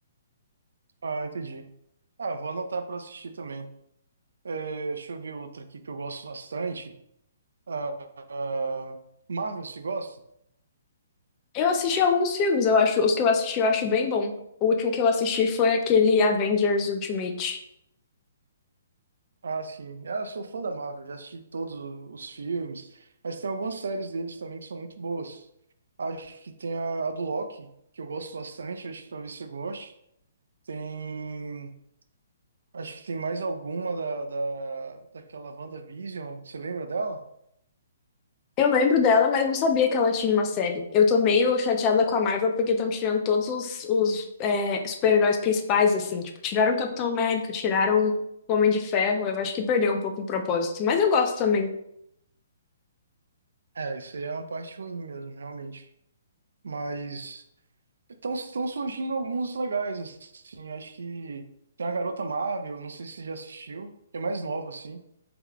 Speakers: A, on the right; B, on the left.
A: Ah, entendi. Ah, vou anotar para assistir também. É, deixa eu ver outra aqui que eu gosto bastante. Ah, ah, Marvel, você gosta?
B: Eu assisti alguns filmes, eu acho. Os que eu assisti eu acho bem bom. O último que eu assisti foi aquele Avengers Ultimate.
A: Ah, sim. Ah, Eu sou fã da Marvel, já assisti todos o- os filmes, mas tem algumas séries deles também que são muito boas. Acho que tem a, a do Loki, que eu gosto bastante, acho que talvez você goste. Tem. Acho que tem mais alguma da, da, daquela WandaVision, você lembra dela?
B: Eu lembro dela, mas não sabia que ela tinha uma série. Eu tô meio chateada com a Marvel porque estão tirando todos os, os, é, super-heróis principais, assim. Tipo, tiraram o Capitão América, tiraram o Homem de Ferro. Eu acho que perdeu um pouco o propósito. Mas eu gosto também.
A: É, isso aí é uma parte ruim mesmo, realmente. Mas estão estão surgindo alguns legais, assim. Acho que tem a Garota Marvel, não sei se você já assistiu, que é mais nova, assim.